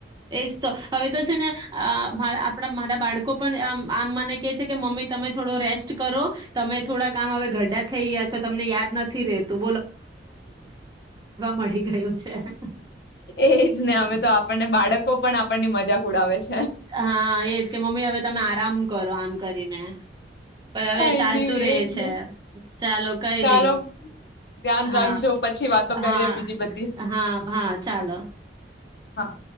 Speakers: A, on the right; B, on the left.
A: એજ તો હવે તો છે ને આપડા માટે બાળકો પણ આમ, આમ મને કે છે કે મમ્મી તમે થોડો રેસ્ટ કરો. તમે થોડા કામ, હવે ગરઢા થઈ ગયા છો, તમને યાદ નથી રહેતું. મળી ગયું છે હા.
B: એજને હવે તો આપણને બાળકો પણ આપણની મજાક ઉડાવે છે.
A: હા એજ કે મમ્મી હવે તમે આરામ કરો આમ કરીને. પણ
B: કઈ
A: હવે ચાલ
B: નહી
A: તું રેહ
B: એજ
A: છે.
B: ને
A: ચાલો, કઈની.
B: ચાલો ધ્યાન
A: હા,
B: રાખજો પછી વાતો કરીએ
A: હા,
B: બીજી બધી
A: હા, હા ચાલો.
B: હા.